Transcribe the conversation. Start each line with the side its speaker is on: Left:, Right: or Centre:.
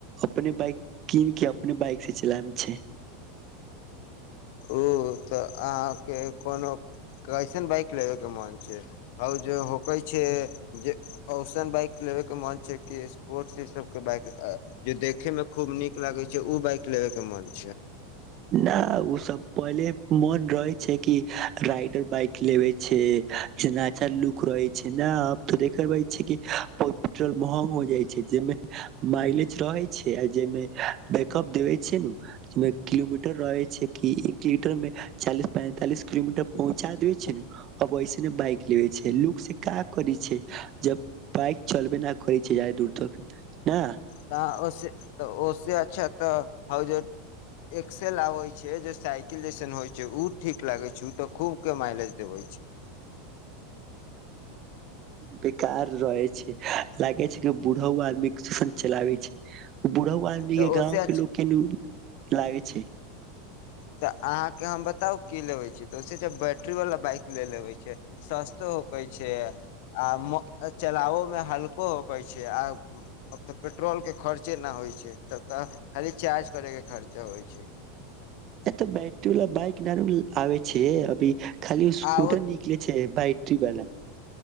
Right: अपने बाइक कीन केँ अपने बाइक से चलाय छै
Left: उ तऽ अहाँके कोनो कयसन बाइक लेवे केँ मन छैक जे होके छैक जे औसन बाइक लेवे के मन छैक कि स्पोर्टस सब केँ बाइक जे देखे मे खूब नीक लागय छैक उ बाइक लेबे केँ मन छैक
Right: नहि ओ सब पहिले मन रहे छैक कि राइडर बाइक लेबय छैक जे अच्छा लुक रहय छैक ने अब तऽ देख रहय छैक कि पेट्रोल महंग हो जाइत छैक जाहिमे माइलेज रहय छैक आ जाहिमे बैकअप देवय छैक नमे किलोमीटर रहय छै कि एकोमीटर मे चालीस पैंतालिस किलोमीटर पहुँचा देय छै ने अ वैसे ने बाइक लेबे छै लुक से का करै छै जब बाइक चलबे न करै छै जादे दूर तक न
Left: तऽ ओस तऽ ओस अच्छा तऽ ह जे एक्सेल आबै छै जे साइकिल जैसन होइ छै ओ ठीक लागै छै ओ तऽ खूबकेँ माइलेज देबै छै
Right: बेकार रहै छै लागे छै कि बूढ़ ओ आदमी किछूषन चलाबै छै बुढ़ो आदमी
Left: तऽ
Right: केँ
Left: ओसे
Right: गाँंव
Left: अच्छा
Right: केँ लोक केँ लागै छै
Left: तऽ अहाँके हम बताउ की लेबै छी तऽ ओसे ज बैटरीवला बाइक लऽ लेबै छै सस्तो होकै छै आ म चलाबोमे हल्को होकै छै आ तऽ पेट्रोलकेँ खर्चे नहि होइ छै तब तऽ खाली चार्ज करयकेँ खर्चा होइत छैक
Right: ए तऽ बैटरी वला बाइक नहि न आबय छैक अभी खाली ओ स्कूटर
Left: आ
Right: निकलय छैक बैट्ररी वाला